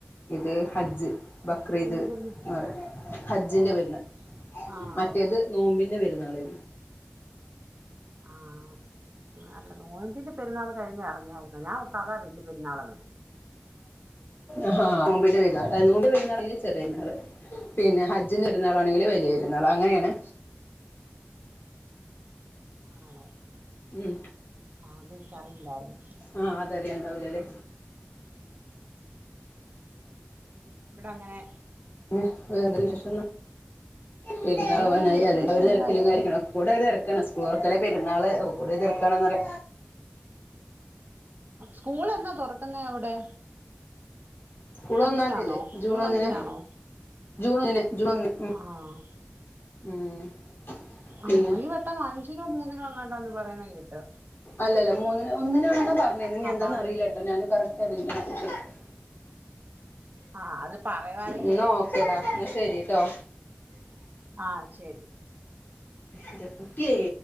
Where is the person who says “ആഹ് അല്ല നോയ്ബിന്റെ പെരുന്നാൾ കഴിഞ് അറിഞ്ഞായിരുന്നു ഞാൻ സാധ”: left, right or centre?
Right